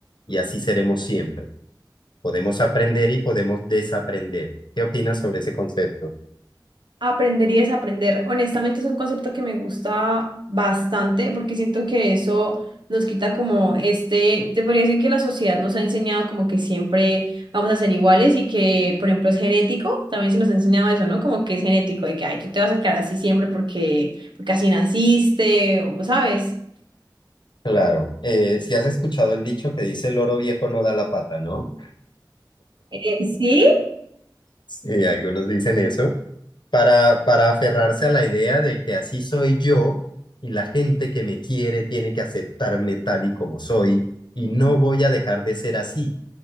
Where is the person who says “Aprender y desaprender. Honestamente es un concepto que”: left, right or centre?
Right